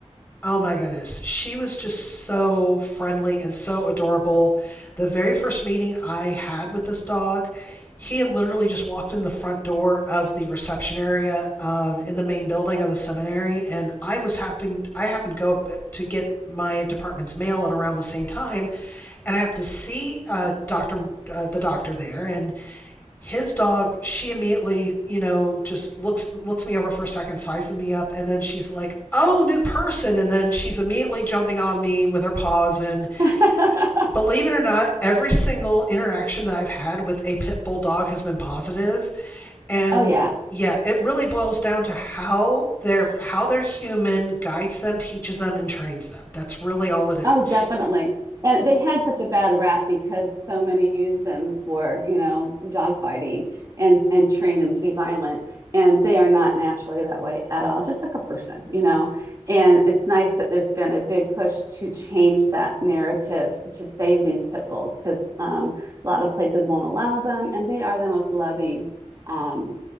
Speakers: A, on the left (about 15°); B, on the right (about 30°).
A: Oh my goodness. She was just so friendly and so adorable. The very first meeting I had with this dog, he had literally just walked in the front door of the reception area um, in the main building of the seminary, and I was happening, I happened to go up uh, to get my department's mail at around the same time, and I happened to see uh, Doctor, uh, the doctor there, and his dog she immediately you know just looks looks me over for a second sizes me up and then she's like oh new person and then she's immediately jumping on me with her paws and
B: <laughs>
A: believe it or not every single interaction that i've had with a pit bull dog has been positive positive. and
B: oh yeah
A: yeah it really boils down to how their how their human guides them teaches them and trains them that's really all it is
B: Oh, definitely. And they had such a bad rap because so many use them for, you know, dogfighting and and train them to be violent. And they are not naturally that way at all, just like a person, you know. And it's nice that there's been a big push to change that narrative to save these pit bulls because um, a lot of places won't allow them, and they are the most loving um,